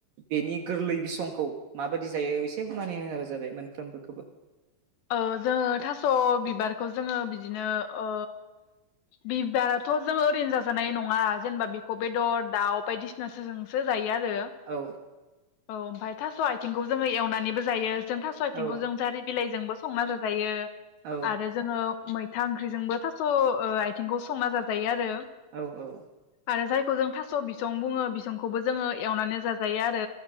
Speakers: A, on the right (about 60°); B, on the left (about 70°).
A: बेनि गोरलै बिसंखौ माबादि जायो बिसे बुंनानै <unintelligible> जाबाय मोनफ्रोमखौबो
B: ओ जोङो थास' बिबारखौ जोङो बिदिनो ओ बिबाराथ' जोङो ओरैनो जाजानाय नङा जेनबा बिखौ बेदर दाउ बायदिस <unintelligible> सोजोंसो जायो आरो
A: औ
B: औ ओमफाय थास' आइथिंखौ जोङो एवनानैबो जायो जों थास' आथिंखौ
A: औ
B: जों जारि बिलाइ जोंबो संना जाजायो
A: औ
B: आरो जोङो मै था ओंख्रिजोंबो थास' ओ आइथेंखौ संना जाजायो आरो
A: औ औ
B: आरो जायखौ जों थास बिसं बुङो बिसंखौबो जोङो एवनानै जाजायो आरो